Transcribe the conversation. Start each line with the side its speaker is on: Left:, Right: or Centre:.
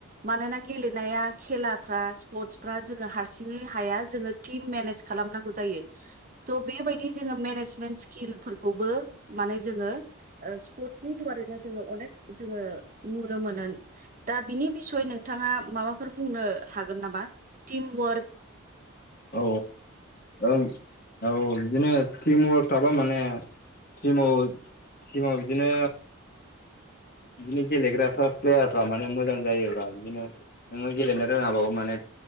Right: मानोना गेलेनाया खेलाफ्रा स्पर्टस फ्रा जोङो हारसिङै हाया जोङो टिम मेनेज खालामनांगौ जायो। थह बेबायदि जोङो मेनेजमेन्ट स्किलफोरखौबो माने जोङो स्पर्टसनि दुवारैनो जोङो अनेक जोङो नुनो मोनो। दा बिनि बिसय नोंथाङा माबाफोर बुंनो हागोन नामा टिम वार्क?
Left: औ ओ औ बिदिनो टिमवार्क थाबा माने टिमाव टिमाव बिदिनो बिदिनो गेलेग्राफ्रा प्लेयारफ्रा माने मोजां जायोबा बिदिनो नोङो गेलेनो रोङाबाबो माने